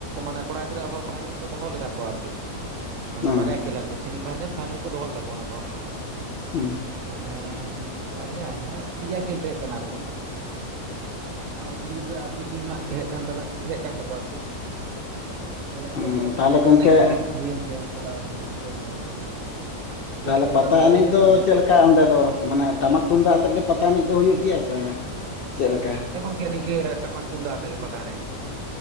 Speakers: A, on the right (about 65°); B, on the left (about 75°).
A: ᱢᱟᱱᱮ ᱠᱚᱲᱟ ᱜᱤᱫᱽᱨᱟᱹ ᱦᱚᱸ ᱯᱷᱟᱭᱱᱮᱞ ᱠᱚ ᱫᱚᱦᱚ ᱞᱮᱫᱟ ᱠᱚ ᱟᱨᱠᱤ ᱢᱟᱱᱮ
B: ᱦᱮᱸ
A: ᱵᱟᱨᱭᱟ ᱠᱷᱮᱹᱞ ᱟᱨᱠᱤ <unintelligible> ᱯᱷᱟᱭᱱᱮᱞᱼᱯᱷᱟᱭᱱᱮᱞ ᱠᱚ ᱫᱚᱦᱚ ᱞᱮᱫᱟ ᱠᱚ ᱚᱱᱟ ᱠᱚ,
B: ᱦᱩᱸ
A: ᱢᱟᱱᱮ ᱵᱟᱨᱭᱟ ᱦᱮᱸ ᱯᱮᱭᱟ ᱠᱷᱮᱞ ᱛᱟᱸᱦᱮᱠ ᱠᱟᱱᱟ ᱟᱨᱠᱤ ᱟᱨ ᱠᱩᱲᱤ ᱜᱤᱫᱽᱨᱟᱹ ᱟᱴᱤ ᱴᱤᱢ ᱨᱮᱱᱟᱜ ᱛᱟᱦᱮᱸ ᱠᱟᱱᱛᱟᱱᱮ ᱛᱟᱦᱮᱸ ᱠᱟᱱ ᱛᱟᱠᱚᱣᱟ ᱟᱨᱠᱤ ᱛᱟᱦᱞᱮ
B: ᱦᱮᱸ
A: ᱚᱸᱰᱮ ᱜᱮ ᱟᱫᱚ
B: ᱛᱟᱦᱚᱞᱮ
A: ᱯᱟᱛᱟ
B: ᱜᱚᱢᱠᱮ
A: ᱮᱱᱮᱡ ᱫᱚ ᱦᱩᱭᱮᱱ ᱜᱮ ᱪᱟᱞᱟᱣ ᱦᱩᱭ ᱞᱮᱱ ᱜᱮᱭᱟ ᱧᱮᱞ ᱠᱚᱦᱚᱸ ᱠᱷᱮᱞ
B: ᱛᱟᱦᱚᱞᱮ
A: ᱨᱮᱫᱚ
B: ᱯᱟᱛᱟ
A: ᱵᱟᱝ ᱫᱟᱲᱮ
B: ᱮᱱᱮᱡ
A: ᱦᱩᱭ
B: ᱫᱚ
A: ᱞᱮᱱᱟ ᱟᱫᱚ
B: ᱪᱮᱫᱞᱮᱠᱟ ᱚᱸᱰᱮ ᱫᱚ ᱢᱟᱱᱮ ᱴᱟᱢᱟᱠ ᱛᱩᱢᱫᱟᱜ ᱟᱛᱮᱫ ᱜᱮ ᱯᱟᱛᱟ ᱮᱱᱮᱡ ᱫᱚ ᱦᱩᱭᱩᱜ ᱜᱮᱭᱟ ᱥᱮ ᱵᱟᱝ ᱪᱮᱫ ᱞᱮᱠᱟ
A: ᱦᱮᱸ ᱜᱚᱢᱠᱮ ᱱᱤᱠ ᱴᱟᱢᱟᱠ ᱛᱩᱢᱫᱟᱜ ᱟᱛᱮᱜᱮ ᱯᱟᱛᱟ ᱮᱱᱮᱡ ᱫᱚ᱾